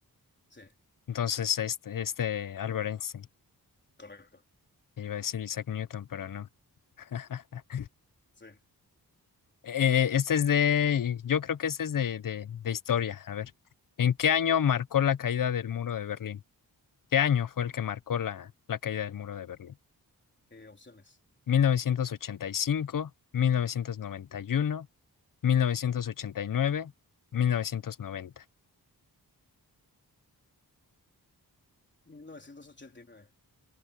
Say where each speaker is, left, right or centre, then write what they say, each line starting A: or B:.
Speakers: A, on the left; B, on the left.
A: Sí,
B: Entonces, este, este Albert Einstein,
A: correcto.
B: que iba a decir Isaac Newton, pero no. <laughs>
A: Sí.
B: Eh, este es de, yo creo que este es de, de, de historia. A ver, ¿en qué año marcó la caída del muro de Berlín? ¿Qué año fue el que marcó la, la caída del muro de Berlín?
A: Eh, opciones.
B: ¿1985, 1991, mil mil novecientos ochenta y nueve mil novecientos noventa
A: 1989.